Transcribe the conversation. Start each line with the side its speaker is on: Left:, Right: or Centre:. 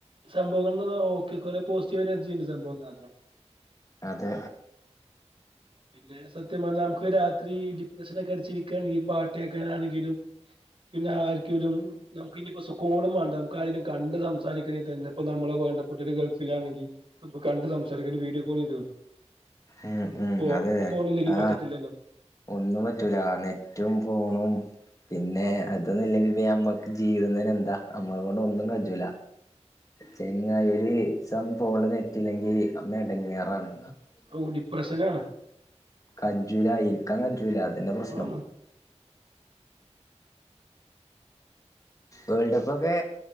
Right: സംഭവങ്ങളന്ന് ഓക്കെ കൊറേ പോസിറ്റീവ് എനർജി ഉണ്ട് സംഭവം കാരണം
Left: അതെ
Right: പിന്നെ സത്യം പറഞ്ഞാൽ നമുക്ക് രാത്രി ഡിപ്രഷനൊക്കെ അടി ച്ച് ഇരിക്യാണെങ്കിൽ പാട്ട് കേക്കാനാണെങ്കിലും പിന്നെ ആർക്കേലും നമുക്ക് ഇനിയിപ്പോ കോളും വേണ്ട നമുക്ക് ആരേലും കണ്ട് സംസാരിക്കണേ തന്നെ ഇപ്പ നമ്മളെ വേണ്ടപ്പെട്ടവര് ഗൾഫിലാണെങ്കിൽ നമുക്ക് കണ്ട് സംസാരിക്കണെ വീഡിയോ കോൾ ചെയ്തുടേ
Left: ഉം ഉം
Right: ഫോ
Left: അതെ
Right: ഫോണില്ലേങ്കി
Left: ആ
Right: പറ്റത്തില്ലല്ലോ
Left: ഒന്നും പറ്റൂല നെറ്റും ഫോണും പിന്നെ അത് ക്കി അമ്മക്ക് ജീവുന്നന് എന്താ അമ്മ കൊണ്ട് ഒന്നും കജൂല പിന്ന ഒരു ദിവസം ഫോണിൽ നെറ്റില്ലെങ്കിൽ അന്ന് ഇടങ്ങേറാണ്
Right: ഓ ഡിപ്രഷനാണ്
Left: കജുലാ യിരിക്കാൻ കജ്ജുല അതന്നെ പ്രശ്നം
Right: ആഹ്
Left: വേൾഡ് കപ്പൊക്കെ